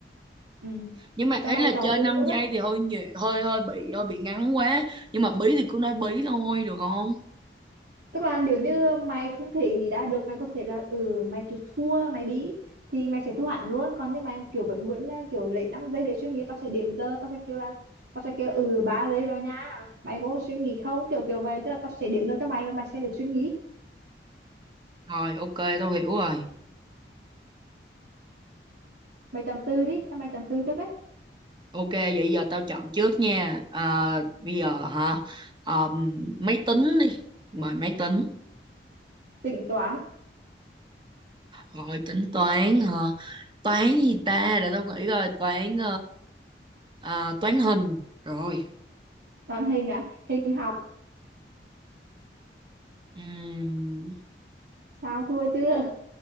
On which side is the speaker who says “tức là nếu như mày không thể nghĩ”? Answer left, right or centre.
Right